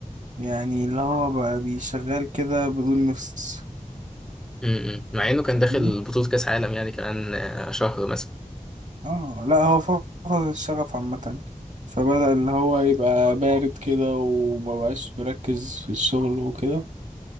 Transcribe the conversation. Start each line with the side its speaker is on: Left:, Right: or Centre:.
Right: يعني اللي هو بقى بيشغال كده بدون نفس
Centre: امم مع انه كان
Right: فاهمني
Centre: داخل بطوله كاس عالم يعني كمان آه، شهر مثلا
Right: اه لا هو فقد الشغف عامه فبدأ اللي هو يبقى بارد كده ومبقاش مركز في الشغل وكده